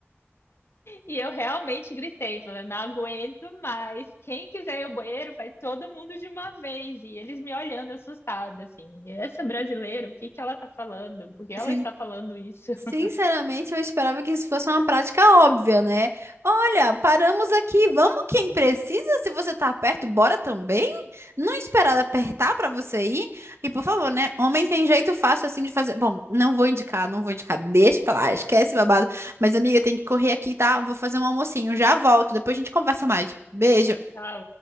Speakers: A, on the left (about 70°); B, on the right (about 75°).
A: E eu realmente gritei, falando, não aguento mais. Quem quiser ir ao banheiro, vai todo mundo de uma vez. E eles me olhando assustada, assim. Essa brasileira, o que que ela tá falando? Por que ela
B: Assim,
A: está falando isso? <laughs>
B: sinceramente, eu esperava que isso fosse uma prática óbvia, né? Olha, paramos aqui, vamos quem precisa. Se você tá perto, bora também. Não esperar apertar pra você ir. E por favor, né? Homem tem jeito fácil assim de fazer. Bom, não vou indicar, não vou indicar. Deixa pra lá, esquece babado. Mas amiga, tem que correr aqui, tá? Vou fazer um almocinho, já volto. Depois a gente conversa mais. Beijo.
A: Ah,